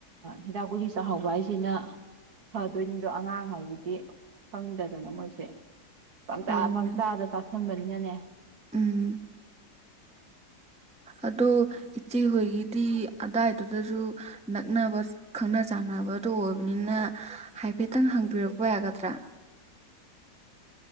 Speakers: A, on the right; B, in the centre.
A: ꯍꯤꯗꯥꯛ ꯒꯨꯂꯤ ꯆꯥꯛꯍꯥꯎꯕ ꯍꯥꯏꯁꯤꯅ ꯐꯗꯣꯏꯅꯤꯗꯣ ꯑꯉꯥꯡ ꯍꯥꯏꯕꯗꯤ ꯈꯪꯗꯗꯅ ꯃꯣꯏꯁꯦ ꯄꯪꯆꯥ
B: ꯍꯣꯏꯅꯦ
A: ꯄꯪꯆꯥꯗ ꯆꯥꯁꯟꯕꯅꯤꯅꯅꯦ
B: ꯎꯝ ꯑꯗꯣ ꯏꯆꯦꯍꯣꯏꯒꯤꯗꯤ ꯑꯗꯥꯏꯗꯨꯗꯁꯨ ꯅꯛꯅꯕ ꯈꯪꯅ ꯆꯥꯟꯅꯕꯗꯣ ꯑꯣꯏꯕꯅꯤꯅ ꯍꯥꯏꯐꯦꯠꯇꯪ ꯍꯪꯕꯤꯔꯛꯄ ꯌꯥꯒꯗ꯭ꯔꯥ